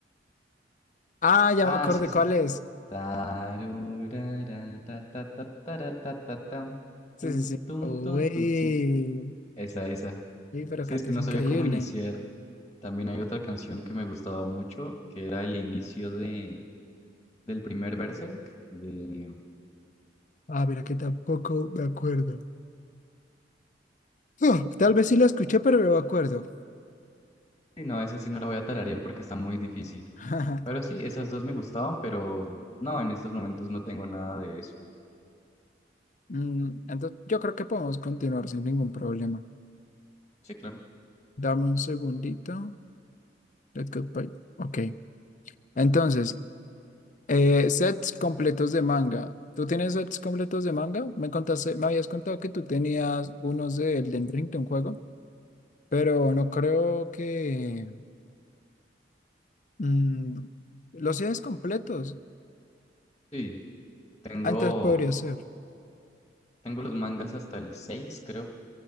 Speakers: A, on the left; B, on the left.
A: Ah, ya
B: Ah,
A: me acordé
B: sí, sí.
A: cuál es.
B: Tarurara, ta, ta, ta, tara, ta, ta, tam, tum,
A: Sí, sí, sí.
B: tum,
A: Uy.
B: tum, tum. Sí, esa, esa.
A: Sí, pero
B: Sí,
A: cantas
B: es que no
A: increíble.
B: sabía cómo iniciar También hay otra canción que me gustaba mucho, que era el inicio de, del primer Berserk. De...
A: Ah, mira que tampoco me acuerdo. Ah, tal vez sí la escuché, pero no me acuerdo.
B: Sí, no, esa sí no la voy a tararear porque está muy difícil.
A: <laughs>
B: Pero sí, esas dos me gustaban, pero no, en estos momentos no tengo nada de eso.
A: Mm, entonces, yo creo que podemos continuar sin ningún problema.
B: Sí, claro.
A: Dame un segundito. Let's go. bye. Ok. Entonces, eh, sets completos de manga. ¿Tú tienes sets completos de manga? Me contaste, me habías contado que tú tenías unos de Elden Ring de un juego, pero no creo que mm, los sets completos.
B: Sí, tengo,
A: Antes podría ser.
B: tengo los mangas hasta el seis creo